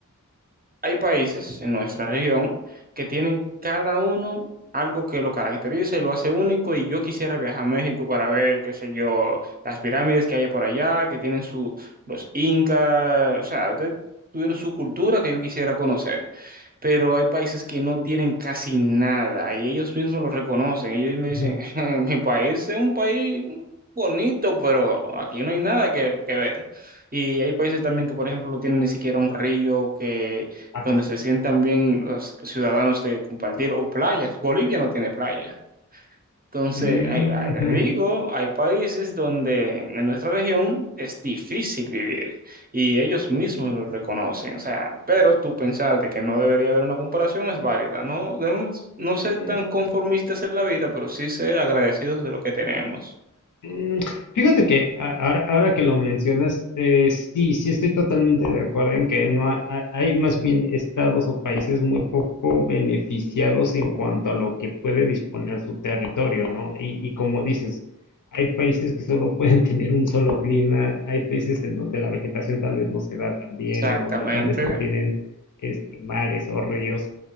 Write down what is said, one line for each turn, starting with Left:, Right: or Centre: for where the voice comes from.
Right: hay países en nuestra región que tienen cada uno algo que lo caracteriza y lo hace único, y yo quisiera viajar a México para ver, qué sé yo, las pirámides que hay por allá, que tienen su, los incas, o sea, de- tuvieron su cultura que yo quisiera conocer pero hay países que no tienen casi nada y ellos mismos lo reconocen. Ellos me
Left: Ujú,
Right: dicen, <laughs> mi país es un país bonito, pero aquí no hay nada que, que ver. Y hay países también que, por ejemplo, no tienen ni siquiera un río que,
Left: Ajá.
Right: donde se sientan bien los ciudadanos de compartir o playas. Bolivia no tiene playa. Entonces,
Left: Mm,
Right: hay, hay-
Left: Ujú.
Right: le digo, hay países donde en nuestra región es difícil vivir y ellos mismos lo reconocen. O sea, pero tú pensar de que no debería haber una comparación es válida. No debemos no
Left: Eh,
Right: ser tan conformistas en la vida, pero sí ser agradecidos de lo que tenemos.
Left: Mm, Fíjate que a- ahora, ahora que lo mencionas, eh, sí, sí estoy totalmente de acuerdo en que no ha- ha- hay más bien estados o países muy poco beneficiados en cuanto a lo que puede disponer su territorio, ¿no? Y, y como dices, hay países que solo pueden <laughs> tener un solo clima, hay países en donde la vegetación tal vez no se da tan bien,
Right: Exactamente.
Left: en donde tal vez no tienen este, mares o ríos